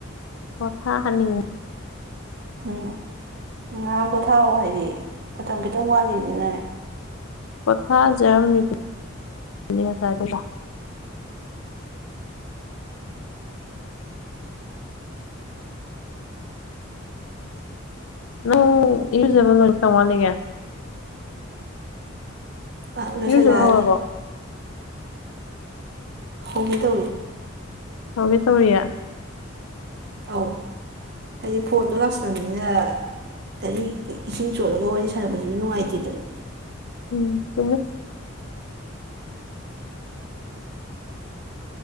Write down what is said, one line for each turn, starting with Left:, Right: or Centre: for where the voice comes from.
Left: ꯄꯣꯊꯥꯍꯟꯅꯤꯡ
Right: ꯎꯝ ꯉꯥꯏꯍꯥꯛ ꯄꯣꯊꯔꯣ ꯍꯥꯏꯔꯛ ꯑꯦ ꯃꯇꯝ ꯈꯤꯇꯪ ꯋꯥꯠꯂꯤꯕꯅꯅꯦ
Left: ꯄꯣꯊꯖꯔꯝꯃꯦ ꯉꯁꯥꯏꯗꯨꯗ ꯅꯪ ꯏꯌꯨꯖꯒꯗ ꯀꯌꯥꯝ ꯋꯥꯠꯂꯤꯒꯦ
Right: ꯑꯥ ꯂꯣꯏꯁꯤꯜꯂꯛꯑꯅꯤ
Left: ꯏꯔꯨꯖꯕ ꯍꯧꯔꯕꯣ
Right: ꯍꯧꯒꯦ ꯇꯧꯋꯦ
Left: ꯍꯧꯒꯦ ꯇꯧꯔꯤꯌꯦ
Right: ꯑꯧ ꯍꯥꯏꯗꯤ ꯐꯣꯟꯗꯣ ꯂꯥꯛꯁꯟꯕꯅꯤꯅ ꯒꯥꯔꯤ ꯏꯁꯤꯡ ꯆꯣꯠꯂꯒ ꯋꯥꯔꯤ ꯁꯥꯟꯅꯕꯗꯨꯁꯨ ꯅꯨꯡꯉꯥꯏꯇꯦꯗꯅ
Left: ꯎꯝ ꯆꯨꯝꯃꯦ